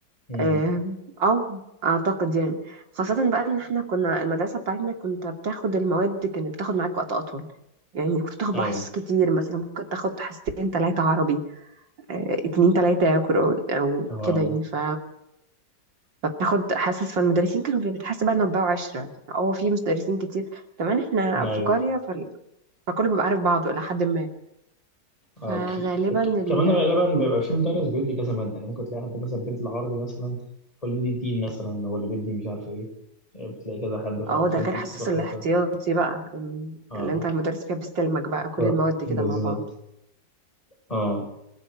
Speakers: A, on the left; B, on the right.
A: امم
B: اه آه، اعتقد يعني خاصة بقى ان احنا كنا المدرسة بتاعتنا كنت بتاخد المواد كانت بتاخد معاك وقت اطول يعني كنت بتاخد
A: أيوه
B: بقى حصص كتير مثلا ممكن تاخد حصتين تلاتة عربي آه، اتنين تلاتة قرآن او
A: اه
B: كده يعني ف فبتاخد حصص فالمدرسين كانوا بتحس بقى انه بقوا عشرة اه في مدرسين كتير كمان احنا
A: أيوه
B: في قرية فال- فكله بيبقى عارف بعضه الى حد ما
A: اه
B: فغالبا
A: ك... ك...
B: ال
A: كمان غالبا بيبقى في مدرس بيدي كذا مادة يعني ممكن تلاقي حد مثلا بيدي العربي مثلا هو اللي بيدي الدين مثلا هو اللي بيدي مش عارف ايه آه، بتلاقي كذا حد فاه
B: اه
A: فانت
B: ده غير حصص
A: بتبقى خلاص
B: الاحتياطي بقى إن-
A: اه
B: اللي انت المدرس فيها بيستلمك بقى كل
A: ك-
B: المواد
A: بالظبط
B: كده مع بعض
A: اه